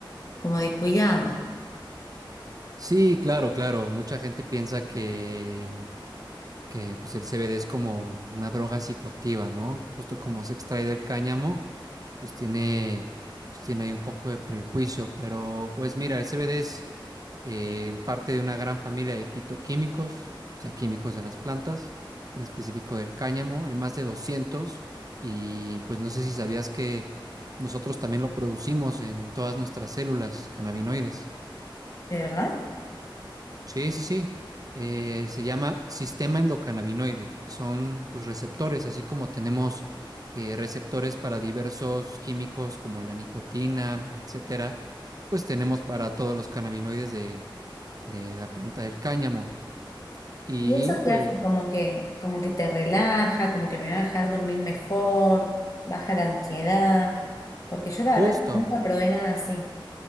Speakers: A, on the left; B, on the right.
A: como de cuidado.
B: Sí, claro, claro. Mucha gente piensa que, mm, que pues el CBD es como una droga psicoactiva, ¿no? Justo como se extrae del cáñamo. pues tiene, pues tiene ahí un poco de prejuicio, pero pues mira, el CBD es eh, parte de una gran familia de fitoquímicos, o sea, químicos de las plantas, en específico del cáñamo, hay más de doscientos y pues no sé si sabías que nosotros también lo producimos en todas nuestras células cannabinoides.
A: ¿De verdad?
B: Sí, sí, sí. Eh, se llama sistema endocannabinoide. Son pues, receptores, así como tenemos eh, receptores para diversos químicos como la nicotina, etcétera, pues tenemos para todos los cannabinoides de, de la planta del cáñamo. Y
A: Y eso
B: pues
A: te hace como que, como que te relaja, como que me va a dejar dormir mejor, baja la ansiedad, porque yo la
B: justo,
A: verdad que nunca probé nada así.